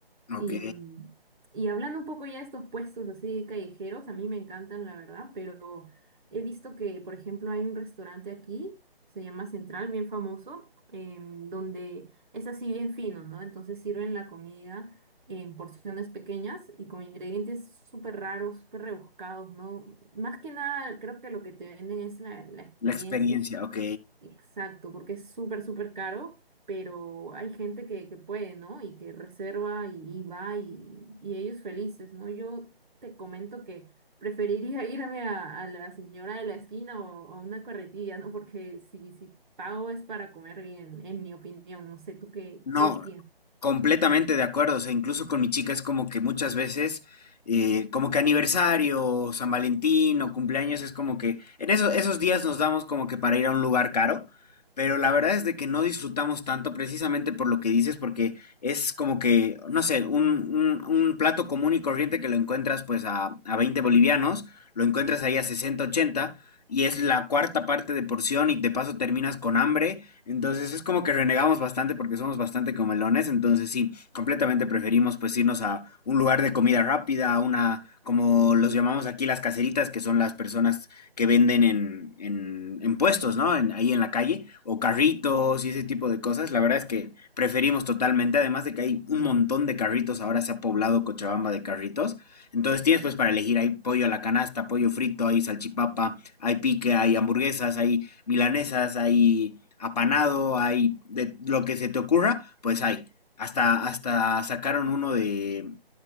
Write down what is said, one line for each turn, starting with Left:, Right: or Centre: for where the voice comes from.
Right: Y,
Left: Ok.
Right: mm, y hablando un poco ya de estos puestos así callejeros, a mí me encantan, la verdad, pero he visto que, por ejemplo, hay un restaurante aquí, se llama Central, bien famoso, em, donde es así bien fino, ¿no? Entonces sirven la comida en porciones pequeñas y con ingredientes súper raros, súper rebuscados, ¿no? Más que nada, creo que lo que te venden es la, la experiencia.
Left: La experiencia, ok.
Right: Exacto, porque es súper, súper caro, pero hay gente que, que puede, ¿no? Y que reserva y, y va y, y ellos felices, ¿no? Yo te comento que preferiría <laughs> irme a, a la señora de la esquina o a una carretilla, ¿no? Porque si, si pago es para comer bien, en mi opinión. No sé, ¿tú qué,
Left: No,
Right: qué piensas?
Left: completamente de acuerdo. O sea, incluso con mi chica es como que muchas veces, eh, como que aniversario, o San Valentín o cumpleaños, es como que en eso- esos días nos damos como que para ir a un lugar caro, pero la verdad es de que no disfrutamos tanto precisamente por lo que dices, porque es como que, no sé, un, un- un plato común y corriente que lo encuentras pues a, a 20 bolivianos, lo encuentras ahí a 60 ochenta Y es la cuarta parte de porción y de paso terminas con hambre entonces es como que renegamos bastante porque somos bastante comelones, entonces sí, completamente preferimos pues irnos a un lugar de comida rápida, a una, como los llamamos aquí las caseritas, que son las personas que venden en, en, en puestos, ¿no? En- ahí en la calle, o carritos y ese tipo de cosas. La verdad es que preferimos totalmente, además de que hay un montón de carritos, ahora se ha poblado Cochabamba de carritos. Entonces tienes pues para elegir, hay pollo a la canasta, pollo frito, hay salchipapa, hay pique, hay hamburguesas, hay milanesas, hay apanado, hay de lo que se te ocurra, pues hay. Hasta, hasta sacaron uno de,